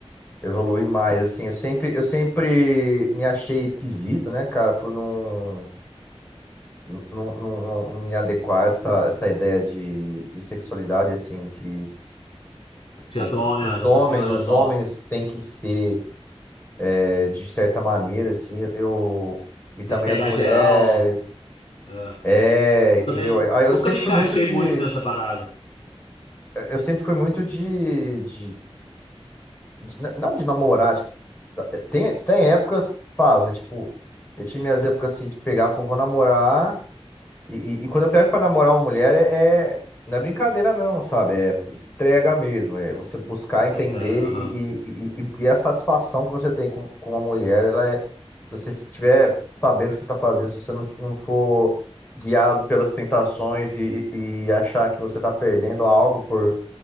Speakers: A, on the left; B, on the left.
A: evoluir mais, assim. Eu sempre, eu sempre me achei esquisito, né, cara, por não, não, não, não- não me adequar a essa, essa ideia de, de sexualidade, assim, que,
B: De
A: pô,
B: atual, né?
A: que os
B: Da
A: homens,
B: sociedade
A: os
B: atual.
A: homens têm que ser É, de certa maneira, assim, eu. E também
B: Tem que pegar
A: as mulheres.
B: geral. é.
A: É, entendeu?
B: Eu também
A: Aí eu
B: nunca
A: sempre
B: me
A: fui
B: encaixei
A: muito de.
B: muito nessa parada.
A: Eu sempre fui muito de. de, de- não de namorar. Tipo, tem, tem épocas, faz, né? Tipo, eu tinha minhas épocas assim de pegar, pô, vou namorar. E, e- e quando eu pego pra namorar uma mulher, é, é- não é brincadeira não, sabe? É entrega mesmo. É você buscar entender
B: É sério, aham.
A: e, e, e, e- e a satisfação que você tem com, com uma mulher, ela é. Se você estiver sabendo o que você está fazendo, se você não, não for guiado pelas tentações e, e- e achar que você está perdendo algo por,